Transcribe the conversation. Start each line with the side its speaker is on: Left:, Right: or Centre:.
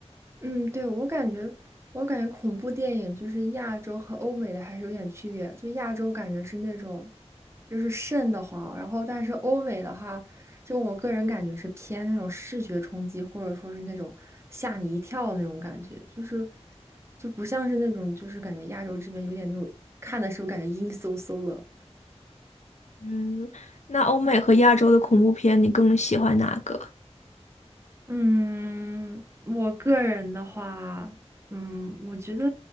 Right: 嗯，对，我感觉，我感觉恐怖电影就是亚洲和欧美的还是有点区别。就亚洲感觉是那种，就是瘆得慌，然后但是欧美的话，就我个人感觉是偏那种视觉冲击，或者说是那种吓你一跳那种感觉，就是就不像是那种，就是感觉亚洲这边有点那种看的时候感觉阴飕飕的。
Left: 嗯，那欧美和亚洲的恐怖片，你更喜欢哪个？
Right: 嗯，我个人的话，嗯，我觉得